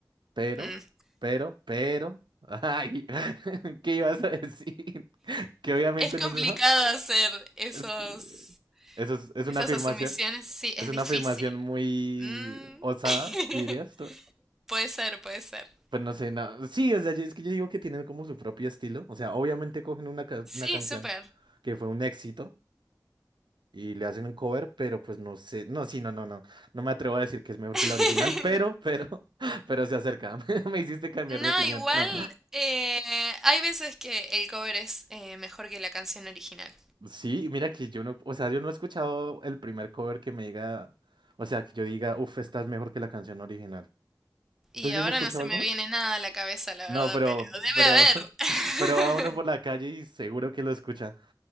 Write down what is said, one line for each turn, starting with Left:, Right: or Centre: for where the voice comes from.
Right: pero,
Centre: Mm.
Right: pero, pero, <laughs> ay, <laughs> ¿qué ibas a decir? <laughs> Que obviamente
Centre: Es complicado
Right: no es mejor.
Centre: hacer esos,
Right: Es que- eso es, es una
Centre: esas
Right: afirmación,
Centre: asumiciones, sí,
Right: es
Centre: es
Right: una
Centre: difícil.
Right: afirmación muy
Centre: Mm.
Right: osada, dirías
Centre: <laughs>
Right: tú.
Centre: Puede ser, puede ser.
Right: Pues no sé, no. Sí, o sea, yo- es que yo digo que tienen como su propio estilo. O sea, obviamente cogen una, ca-
Centre: Sí,
Right: una canción
Centre: súper.
Right: que fue un éxito. y le hacen un cover, pero pues no sé, no, sí, no, no, no, no me atrevo a decir que es mejor
Centre: <laughs>
Right: que la original, pero, pero, <laughs> pero se acerca, <laughs> me hiciste cambiar
Centre: No,
Right: de opinión,
Centre: igual
Right: no,
Centre: eh, hay veces que el cover es eh, mejor que la canción original.
Right: sí, mira que yo no, o sea, yo no he escuchado el primer cover que me diga, o sea, que yo diga, uff, esta es mejor que la canción original,
Centre: Y
Right: ¿tú sí
Centre: ahora
Right: has escuchado
Centre: no se
Right: alguno?
Centre: me viene nada a la cabeza, la
Right: No,
Centre: verdad,
Right: pero,
Centre: pero debe
Right: pero,
Centre: haber.
Right: <laughs> pero va uno por la
Centre: <laughs>
Right: calle y seguro que lo escucha,